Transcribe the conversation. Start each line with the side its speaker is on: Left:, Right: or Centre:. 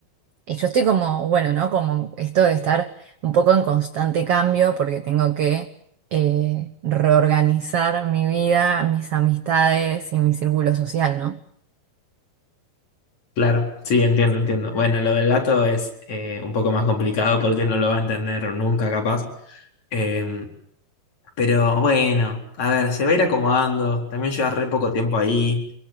Right: y yo estoy como, bueno, ¿no? Como esto de estar un poco en constante cambio porque tengo que eh, reorganizar mi vida, mis amistades y mi círculo social, ¿no?
Left: Claro, sí, entiendo, entiendo. Bueno, lo del gato es eh, un poco más complicado porque no lo va a entender nunca, capaz. Eh, pero bueno, a ver, se va a ir acomodando. También lleva re poco tiempo ahí.